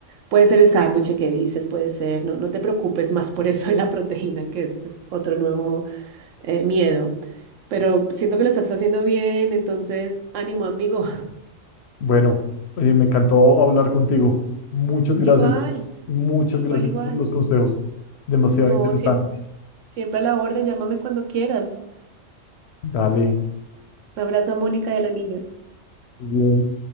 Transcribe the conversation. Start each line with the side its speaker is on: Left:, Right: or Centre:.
Right: puede ser el sándwich que dices, puede ser, no, no te preocupes más por eso de la proteína, que es, es otro nuevo eh, miedo, pero siento que lo estás haciendo bien, entonces ánimo, amigo.
Left: Bueno, oye, me encantó hablar contigo. Muchas
Right: <laughs>
Left: gracias,
Right: Igual,
Left: muchas
Right: igual,
Left: gracias
Right: igual.
Left: por los consejos. Demasiado
Right: No,
Left: interesante.
Right: siempre. Siempre a la orden, llámame cuando quieras.
Left: Dale,
Right: Un abrazo a Mónica y a la niña.
Left: muy bien.